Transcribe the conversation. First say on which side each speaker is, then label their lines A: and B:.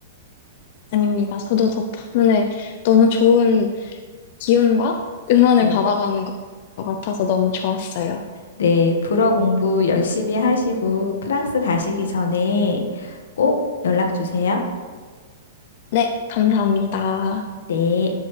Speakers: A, on the left; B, on the left.
A: 아닙니다. 저도 덕분에 너무 좋은 기운과 응원을
B: 네.
A: 받아가는 것 같아서 너무 좋았어요.
B: 네. 불어 공부 열심히 하시고, 프랑스 가시기 전에 꼭 연락 주세요.
A: 네, 감사합니다.
B: 네.